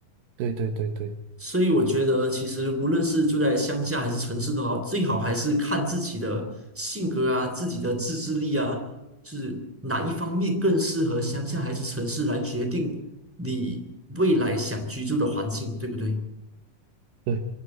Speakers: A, on the right (about 85°); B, in the centre.
A: 对对对对
B: 所以我觉得，其实无论是住在乡下还是城市都好，最好还是看自己的性格啊、自己的自制力啊，就是哪一方面更适合乡下还是城市来决定你未来想居住的环境，对不对？
A: 对，